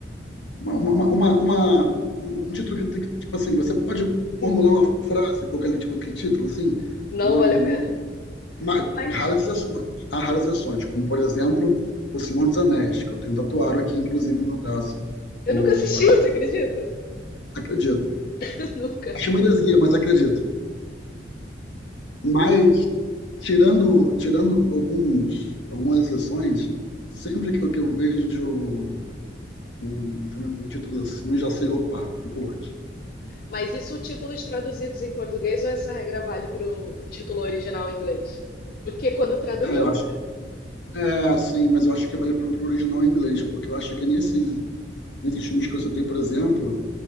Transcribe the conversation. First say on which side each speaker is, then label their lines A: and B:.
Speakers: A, on the left; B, on the left.
A: uma, uma, uma, uma um título que, tipo assim, você pode
B: Hum,
A: formular uma frase com aquele, com aquele título, assim,
B: Não
A: não,
B: vale
A: não,
B: a pena.
A: mas
B: Mas
A: raras exceções. Há raras exceções, como, por exemplo, O Senhor dos Anéis, que eu tenho tatuado aqui, inclusive, no meu braço.
B: eu
A: O,
B: nunca assisti, você acredita?
A: acredito.
B: <laughs> Nunca.
A: Acho uma heresia, mas acredito. Mas tirando, tirando alguns, algumas exceções, sempre que eu, que eu vejo um um filme com títulos assim, eu já sei, opa, fico longe.
B: Mas isso títulos traduzidos em português ou essa regra vale para o título original em inglês? Porque quando traduz
A: Cara,
B: muda.
A: eu acho. É, sim, mas eu acho que vale pro, pro original em inglês, porque eu acho que nesses, nesses filmes que eu citei, por exemplo,